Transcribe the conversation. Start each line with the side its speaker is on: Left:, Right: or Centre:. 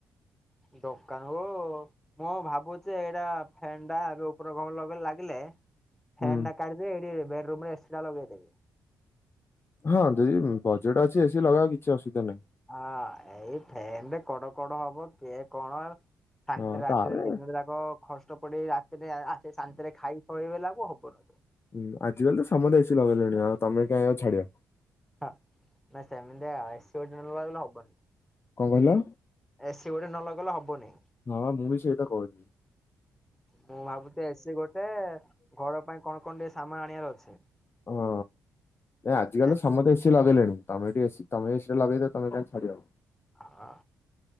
Centre: ଦୋକାନକୁ ମୁଁ ଭାବୁଛି ଏଇଟା ଫେନଟା ଏବେ ଉପର କମରେ ଲଗଇଲେ ଲାଗ ଲେ ଫେନଟା
Left: ହୁଁ
Centre: କାଢିଦେ ଏଠି ବେଡରୁମରେ ଏସିଟା ଲଗେଇଦେ।
Left: ହଁ ଜଦି ବଜେଟ୍ ଅଛି ଏସିି ଲଗା କିଛି ଅସୁବିଧା ନାହିଁ।
Centre: ହଁ ଏଇ ଫେନ୍ ରେ କଡ କଡ ହବ କିଏ କଣ ଶାନ୍ତି
Left: ହଁ
Centre: ରାତିରେ
Left: ତାପରେ
Centre: ଦିନରେ ଖଷ୍ଟ ପଡି ରାତିରେ ଆସି ସାନ୍ତିରେ ଖାଇ ଶୋଇଗଲାବେଳକୁ ହବନି
Left: ହୁଁ ଆଜିିକାଲି ତ ସମତେ ଏସି ଲଗେଇଲେଣି ଆଉ ତମେ କାଇଁ ଆଉ ଛାଡିବ।
Centre: ହଁ ନାଇଁ ସେମିତିଆ ଏସି ଗୋଟେ ନଲଗେଇଲେ ହବନି।
Left: କଣ କହିଲ?
Centre: ଏସିି ଗୋଟେ ନ ଲଗେଇଲେ ହବନି।
Left: ଘର ମୁଁ ବି ସେଇଟା କହୁଚି।
Centre: ମୁଁ ଭାବୁଛି ଏସିି ଗୋଟେ ଘର ପାଇଁ କଣ କଣ ଟିକେ ସାମାନ ଆଣିବାର ଅଛି।
Left: ହଁ ଆଜିକାଲି
Centre: ଏସି
Left: ତ ସମସ୍ତେ ଏ ସି ଲଗେଇଲେଣି ତମେ ଟିକେ ଏ ସି ତମେ ଏ ସି ଟେ ଲଗେଇ ଦିଅ ତମେ କାଇଁ ଛାଡିବ।
Centre: ହ